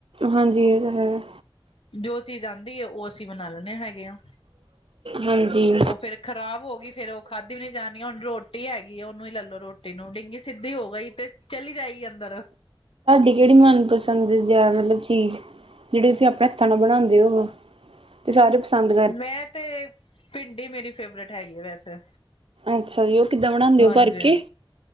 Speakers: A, on the right; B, on the left.
A: ਹਾਂਜੀ ਏ ਤੇ ਹੈ।
B: ਜੋ ਚੀਜ਼ ਆਂਦੀ ਐ, ਉਹ ਅਸੀਂ ਬਨਾਂ ਲੈਂਨੇ ਹੈਗੇ ਆਂ,
A: ਹਾਂਜੀ
B: ਉਹ ਫ਼ਿਰ ਖ਼ਰਾਬ ਹੋ ਗੀ ਫ਼ੇਰ ਉਹ ਖਾਧੀ ਵੀ ਨੀ ਜਾਨੀ ਹੁਣ ਰੋ ਰੋਟੀ ਹੈਗੀ ਉਹਨੂੰ ਹੀ ਲੈਲੋ ਰੋਟੀ ਨੂੰ, ਡਿੰਗੀ ਸਿੱਧੀ ਹੋ ਗਈ ਤੇ ਚਲੀ ਜਾਏਂਗੀ ਅੰਦਰ।
A: ਜਿਹੜੀ ਮਨਪਸੰਦ <unintelligible> ਮਤਲਬ ਚੀਜ਼ ਜਿਹੜੇ ਤੁਸੀਂ ਆਪਣੇ ਹੱਥਾਂ ਨਾਲ ਬਣਾਂਦੇ ਹੋਵੋ। ਤੇ ਸਾਰੇ ਪਸੰਦ
B: ਮੈਂ ਤੇ ਭਿੰਡੀ ਮੇਰੀ ਫੇਵਰੇਟ ਹੈਗੀ ਐ ਵੈਸੇ।
A: ਅੱਛਾ ਜੀ, ਉਹ ਕਿੱਦਾਂ ਬਣਾਂਦੇ
B: ਹਾਂਜੀ।
A: ਹੋ ਭਰ ਕੇ?